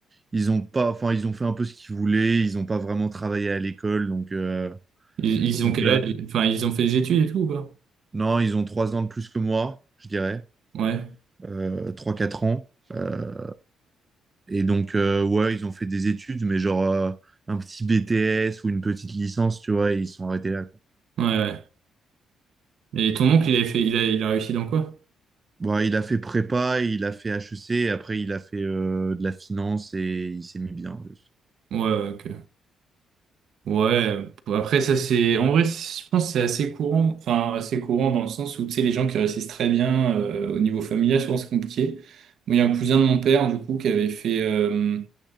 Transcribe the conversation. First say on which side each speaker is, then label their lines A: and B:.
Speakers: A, on the right; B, on the right.
A: ils ont pas, enfin, ils ont fait un peu ce qu'ils voulaient. Ils ont pas vraiment travaillé à l'école. Donc, euh,
B: Ils, ils
A: donc
B: ont quel
A: là,
B: âge? Enfin, ils ont fait des études et tout, ou pas?
A: non, ils ont trois ans de plus que moi, je dirais,
B: Ouais,
A: euh, trois, quatre ans. Euh, Et donc, euh, ouais, ils ont fait des études, mais genre euh, un petit BTS ou une petite licence, tu vois, et ils sont arrêtés là, quoi.
B: ouais, ouais. Et ton oncle, il a fait, il a, il a réussi dans quoi?
A: Bon, il a fait prépa, il a fait HEC, et après il a fait euh, de la finance et il s'est mis bien. en plus.
B: Ouais, ouais, ok. Ouais, euh, après, ça, c'est, en vrai, c'est- je pense que c'est assez courant, enfin, assez courant dans le sens où, tu sais, les gens qui réussissent très bien, euh, au niveau familial, souvent, c'est compliqué. Moi, il y a un cousin de mon père, du coup, qui avait fait, euh,